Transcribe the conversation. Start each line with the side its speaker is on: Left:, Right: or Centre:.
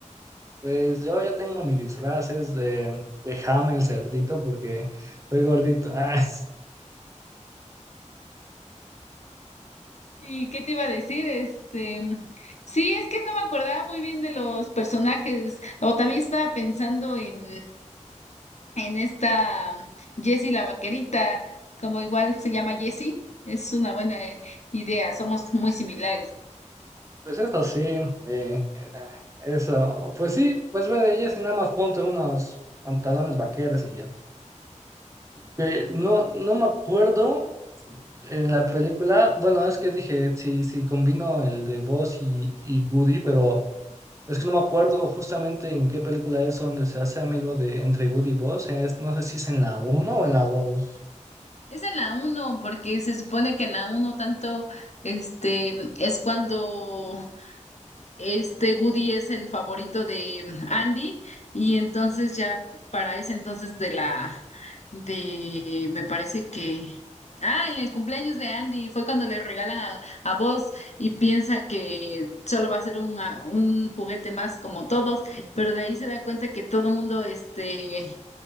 Right: pues yo ya tengo mis disfraces de, de Ham el cerdito porque estoy gordito. <laughs> Ah, es-
Left: ¿Y qué te iba a decir? Este, sí, es que no me acordaba muy bien de los personajes, o también estaba pensando en, en esta Jessie la vaquerita, como igual se llama Jessie, es una buena eh, idea, somos muy similares.
Right: pues eso sí, eh, eso, pues sí, pues ve de ellas y nada más ponte unos pantalones vaqueros y ya. Eh, no, no me acuerdo En la película, bueno, es que dije, sí, sí, combino el de Buzz y, y Woody, pero es que no me acuerdo justamente en qué película es donde se hace amigo de entre Woody y Buzz. eh, es- no sé si es en la uno o en la dos.
Left: Es en la uno porque se supone que en la uno tanto, este, es cuando Este Woody es el favorito de mm, Andy y entonces ya para ese entonces de la de me parece que ah en el cumpleaños de Andy fue cuando le regalan a, a Buzz y piensa que solo va a ser un, un juguete más como todos, pero de ahí se da cuenta que todo el mundo este